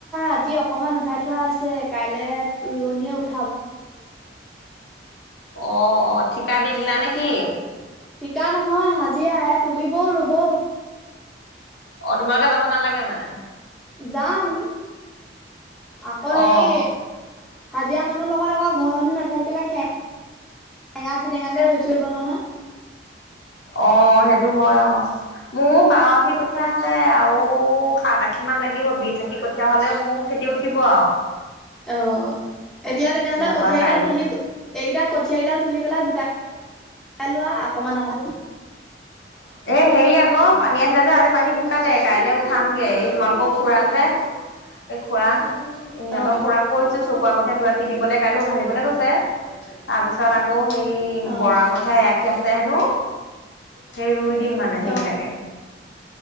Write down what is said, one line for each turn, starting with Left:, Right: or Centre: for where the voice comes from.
Centre: আজি অকমান উঠাই থোৱা আছে কাইলে ৰোৱনীয়ে উঠ-
Left: অঁ অঁ ঠিকা দি দিলা নে কি?
Centre: থিকা নহয় হাজিৰা এ তুলি বও ৰুব-
Left: অঁ তোমালোকে যাব নালাগে মানে।
Centre: যাম আকৌ হেই
Left: অ
Centre: হাজিৰা মানুহ লগত আক- ঘৰ মানুহ নাথাকিলে সেৰেঙা ফেটেঙা কে ৰুই থই দিব নহয়।
Left: অঁ সেইটো হয়ঁ অঁ মোৰ বাৰ আশী কঠীয়া আছে। মুঠতে আৰু সাত, আশী মান লাগিব বি আশী কঠীয়া হ'লেও মোৰ খেতি উঠিব আৰু-
Centre: অঁ! এতিয়া তেনেহ'লে
Left: আৰু তাপা
Centre: কঠিয়, কেইডাল
Left: কাইল
Centre: তুলি এইকেইটা কঠিয় কেইডাল তুলি পেলাই গোটাই লোৱা অকমান অকমান।
Left: <inaudible> এ হেৰি আকৌ পানী আছিলে যে আজি পানী শুকালে কাইলৈ উঠামগে এই তোমালোকক খুৰা যে। এই খুৰা ইিহঁতক
Centre: অ',
Left: খুৰাক কৈছোঁ চকু আগততে দআশি দিবলৈ কাইলৈ উঘালিবলৈ গৈছে। তাৰপিছত আকৌ সেই
Centre: অ',
Left: বৰা কঠীয়া এ আখী আছে হেনো। সেই ৰুই দিম মানে সেইকেইটাকে-
Centre: অ',